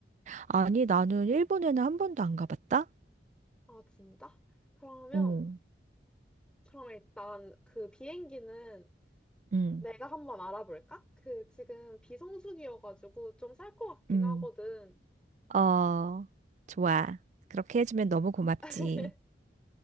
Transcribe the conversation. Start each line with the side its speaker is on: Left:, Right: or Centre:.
Right: 아니, 나는 일본에는 한 번도 안 가봤다?
Centre: 아, 진짜? 그러면,
Right: 응,
Centre: 그럼 일단 그 비행기는
Right: 응,
Centre: 내가 한번 알아볼까? 그 지금 비성수기여가지고 좀 살 것 같긴
Right: 응.
Centre: 하거든.
Right: 어, 좋아. 그렇게 해주면 너무 고맙지.
Centre: 아, <laughs>